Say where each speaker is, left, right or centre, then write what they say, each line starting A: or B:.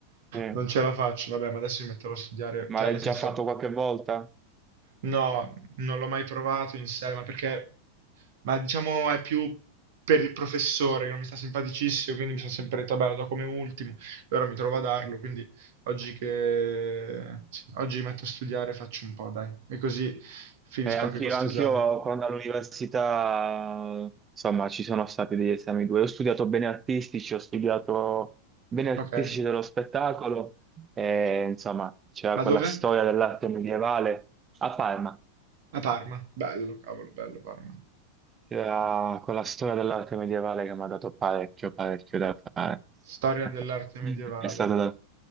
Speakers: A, on the right; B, on the right.
A: eh,
B: Non ce la faccio, vabbè, ma adesso mi metterò a studiare,
A: Ma
B: cioè
A: l'hai
B: nel senso
A: già fatto qualche volta?
B: No, non l'ho mai provato in sé, ma perché, ma diciamo è più per il professore che non mi sta simpaticissimo, quindi mi sono sempre detto, vabbè, lo do come ultimo, e ora mi trovo a darlo, quindi oggi che, sì, oggi mi metto a studiare faccio un po', dai, e così finisco
A: Eh, anch'io,
B: anche questo
A: anch'io
B: esame.
A: quando all'università, insomma, ci sono stati degli esami due. Ho studiato bene artistici, ho studiato bene artistici
B: Ok?
A: dello spettacolo, e, insomma, c'era
B: Ma
A: quella
B: dove?
A: storia dell'arte medievale a Parma.
B: A Parma. Bello, cavolo, bello Parma.
A: C'era quella storia dell'arte medievale che mi ha dato parecchio, parecchio da fare.
B: Storia
A: <laughs>
B: dell'arte medievale.
A: È stato da...